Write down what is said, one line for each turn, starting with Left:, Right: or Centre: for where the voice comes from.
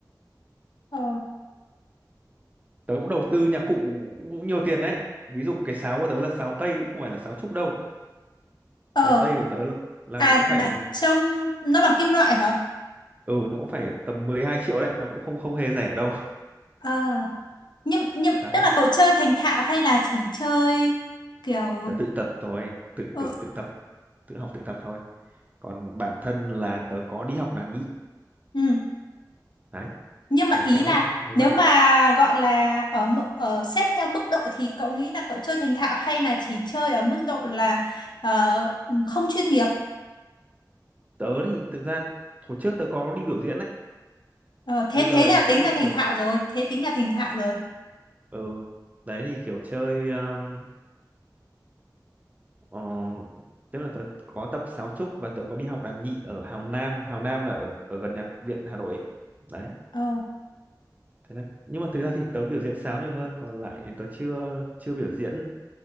Left: Ờ.
Right: tớ cũng đầu tư nhạc cụ cũng nhiều tiền đấy ví dụ cái sáo của tớ là sáo tây không phải là sáo trúc đâu
Left: Ờ.
Right: sáo tây của tớ là, là
Left: À,
Right: nó cũng phải
Left: là trông nó bằng kim loại hả?
Right: ừ nó cũng phải tầm 12 triệu đấy nó cũng không không hề rẻ đâu
Left: À, nhưng nhưng
Right: <laughs>
Left: tức
Right: đấy
Left: là cậu chơi thành thạo hay là chỉ chơi kiểu
Right: tớ tự tập rồi tự
Left: ờ,
Right: tự tự tập tự học tự tập thôi còn bản thân là tớ có đi học đàn nhị
Left: ừ.
Right: đấy
Left: nhưng mà
Right: để
Left: ý
Right: kéo
Left: là
Right: được mấy
Left: nếu
Right: bài
Left: mà gọi là ở mự- ở xếp theo mức độ thì cậu nghĩ là cậu chơi thành thạo hay là chỉ chơi ở mức độ là ờ, không chuyên nghiệp
Right: tớ thì thực ra hồi trước tớ có đi biểu diễn đấy
Left: Ờ, thế
Right: bây giờ
Left: thế là
Right: thì
Left: tính
Right: chắc là
Left: là thành
Right: kiểu
Left: thạo rồi thế tính là thành thạo rồi
Right: ừ đấy thì kiểu chơi um, ờ, tức là tớ có tập sáo trúc và tớ có đi học đàn nhị ở Hào Nam Hào Nam là ở ở gần nhạc viện Hà Nội ấy. đấy
Left: ờ
Right: thế là nhưng mà thực ra thì tớ biểu diễn sáo nhiều hơn còn lại tớ chưa chưa biểu diễn